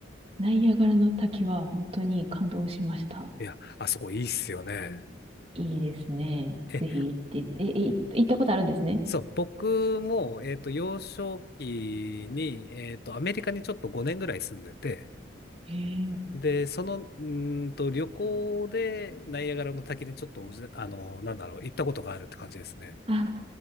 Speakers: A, on the right; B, on the left.
A: ナイアガラの滝は本当に感動しました。
B: いや、あそこいいっすよね。
A: いいですね。
B: え、
A: ぜひ行って、え、え、い行ったことあるんですね。
B: そう、僕も、えっと、幼少期に、えっと、アメリカにちょっと5年ぐらい住んでて、
A: へえ
B: で、その、うーんと、旅行でナイアガラの滝にちょっとおじ、あの、なんだろう、行ったことがあるって感じですね。
A: あ、